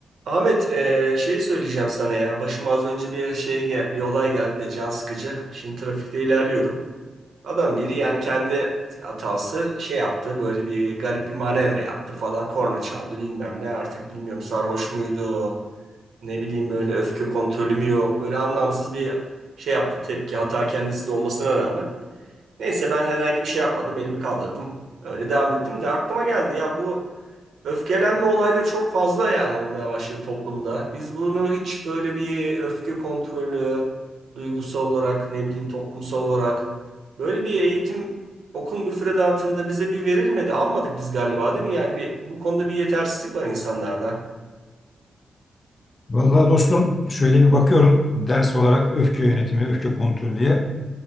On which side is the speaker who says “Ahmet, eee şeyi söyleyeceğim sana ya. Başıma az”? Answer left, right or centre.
Right